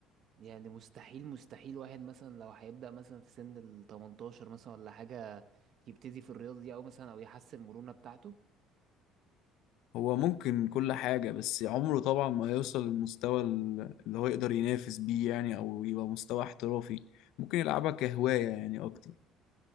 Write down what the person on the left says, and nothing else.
هو ممكن كل حاجة بس عمره طبعا ما يوصل للمستوى ال- اللي هو يقدر ينافس بيه يعني أو يبقى مستوى احترافي ممكن يلعبها كهواية يعني أكتر